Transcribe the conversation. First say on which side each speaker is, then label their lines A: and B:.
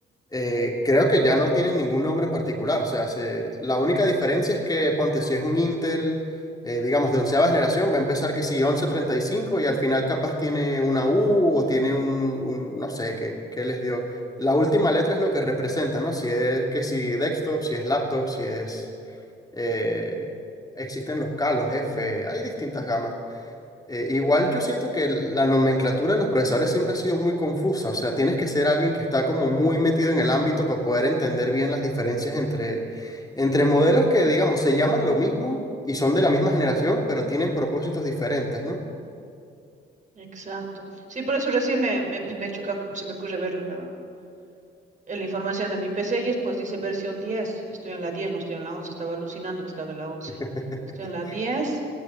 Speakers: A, on the left (about 20°); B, on the right (about 40°).
A: eh, creo que ya no tienen ningún nombre en particular. O sea, se- la única diferencia es que, ponte, si es un Intel, eh, digamos, de onceava generación, va a empezar que si 1135 y cinco y al final capaz tiene una U o tiene un, un- no sé, qué, qué les dio. La última letra es lo que representa, ¿no? Si es que si desktop, si es laptop, si es... eh, existen los K, los F, hay distintas gamas. Eh, igual yo siento que la nomenclatura de los procesadores siempre ha sido muy confusa, o sea, tienes que ser alguien que está
B: Mm,
A: como muy metido en el ámbito para poder entender bien las diferencias entre, entre modelos que, digamos, se llaman lo mismo y son de la misma generación, pero tienen propósitos diferentes, ¿no?
B: Exacto. Sí, por eso recién me, me, me me choca, se me ocurre ver la, en la información de mi PC y después dice versión 10. estoy en la 10, no estoy en la 11. estaba alucinando que estaba en la 11.
A: <laughs>
B: estoy en la 10